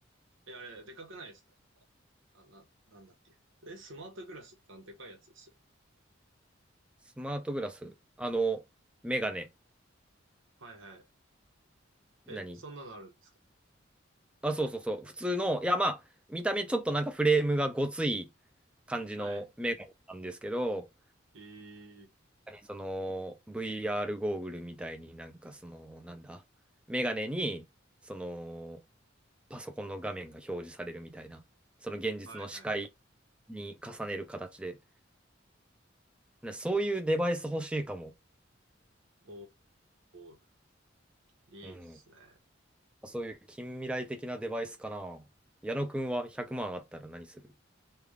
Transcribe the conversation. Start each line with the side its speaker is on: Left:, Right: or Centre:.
Right: え、あれ、でかくないですかなんか。あ、な、なんだっけ。え、スマートグラスってあのでかいやつですよね。
Centre: スマートグラス。あの、メガネ。
Right: はいはい。え、
Centre: 何
Right: そんなのあるんですか
Centre: あ、そうそうそう。普通の、いや、まあ、見た目ちょっとなんかフレームがごつい感じのメガネなんですけど、
Right: はい。えー、
Centre: その VR ゴーグルみたいになんかその、なんだ、メガネに、その、パソコンの画面が表示されるみたいな、その現実の視界
Right: はいはいはい。
Centre: に重ねる形で、なそういうデバイス欲しいかも。
Right: おー、いいっすね。
Centre: うん。そういう近未来的なデバイスかな。矢野くんは100万あったら何する